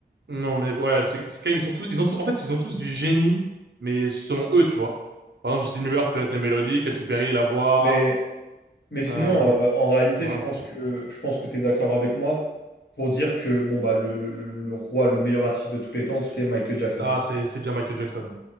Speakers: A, on the right; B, on the left.
A: Non, mais ouais, c'est c'est quand même ils sont tous ils ont tous en fait ils ont tous du génie, mais selon eux, tu vois. Par exemple, Justin Bieber, c'est peut-être les mélodies, Katy Perry, la voix.
B: Mais Mais sinon,
A: Euh,
B: euh, en réalité,
A: voilà.
B: je pense que je pense que tu es d'accord avec moi pour dire que bon bah le, le- le- le roi, le meilleur artiste de tous les temps, c'est Michael Jackson.
A: Ah, c'est c'est bien Michael Jackson.